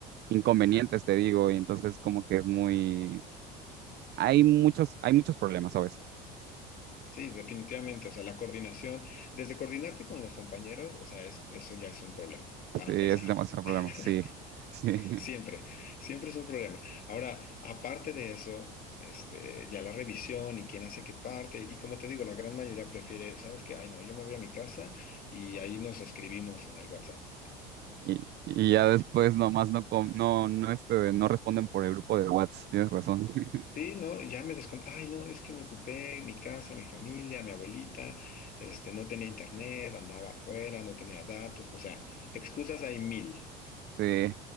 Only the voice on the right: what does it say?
inconvenientes, te digo, y entonces como que es muy, hay muchos, hay muchos problemas, ¿sabes?
Sí,
es demasiado problema,
sí, sí. <laughs>
Y, y ya después nomás no, com- no, no, este, no responden por el grupo de WhatsApp, tienes razón. <laughs>
Sí,